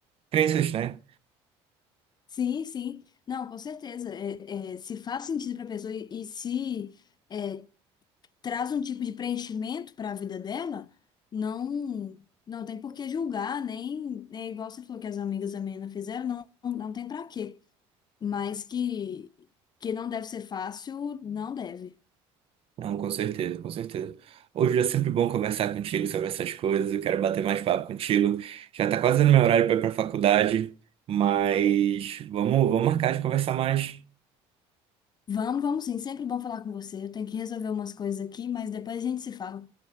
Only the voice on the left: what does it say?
Sim, sim. Não, com certeza. É, é, se faz sentido para a pessoa e, e se é, traz um tipo de preenchimento para a vida dela, não não tem por que julgar, nem é igual você falou que as amigas da menina fizeram, não, não, não tem para quê. Mas que, que não deve ser fácil, não deve.
Vamos, vamos sim. Sempre bom falar com você. Eu tenho que resolver umas coisas aqui, mas depois a gente se fala.